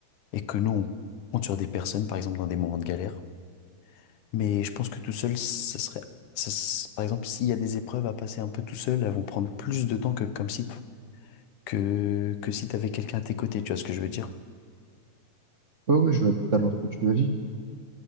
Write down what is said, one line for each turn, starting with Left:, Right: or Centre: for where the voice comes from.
Left: et que nous, on compte sur des personnes, par exemple, dans des moments de galère. Mais je pense que tout seul, ça serait, ça s- par exemple, s'il y a des épreuves à passer un peu tout seul, elles vont prendre plus de temps que comme si, que, que si t'avais quelqu'un à tes côtés, tu vois ce que je veux dire?
Right: Ouais, ouais, je vois totalement ce que tu m'as dit.